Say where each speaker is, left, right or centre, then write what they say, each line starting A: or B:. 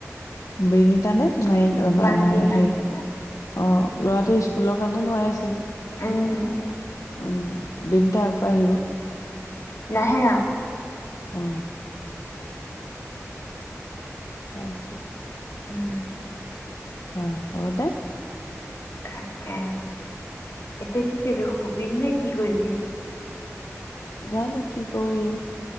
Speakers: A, on the left (about 80°); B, on the left (about 60°).
A: বেনীতা নে মাইণ্ড মমাৰ
B: মান্তি মান্তি
A: সেই অঁ ল'ৰাটো স্কুলৰ কাৰণে নোৱাৰাই আছেগৈ
B: উম
A: উম বিনিটা আকৌ আহিব
B: নাহেৰা
A: অ ক আছে
B: উম
A: অ হ' দে
B: তাকে এতিয়া কি কৰিবি শুবিিন নে কি কৰিবি
A: জানো কি কওঁ এই